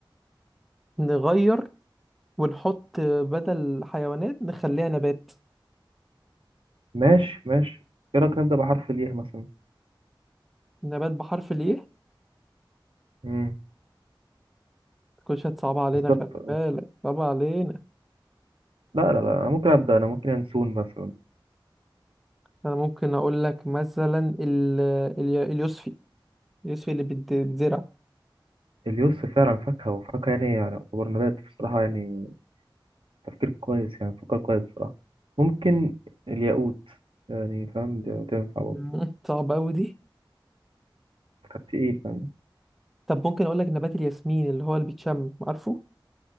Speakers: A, in the centre; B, on the right.
A: نغير ونحط بدل حيوانات نخليها نبات
B: ماشي ماشي ايه رايك نبدا بحرف الياء مثلا
A: نبات بحرف الايه
B: مم.
A: كل هتصعب علينا
B: بالظبط
A: خلي بالك صعب علينا
B: لا لا لا انا ممكن ابدا انا ممكن ينسون مثلا
A: انا ممكن اقول لك مثلا ال- ال- اليوسفي اليوسفي اللي بت- بتزرع
B: اليوس فعلا فاكهه وفاكهه يعني يعني يعتبر نبات بصراحه يعني تفكير كويس يعني فكر كويس بصراحه ممكن الياقوت يعني فاهم ده تنفع برضه
A: مم. صعب قوي دي
B: كانت تقيل فاهم
A: طب ممكن اقول لك نبات الياسمين اللي هو اللي بيتشم عارفه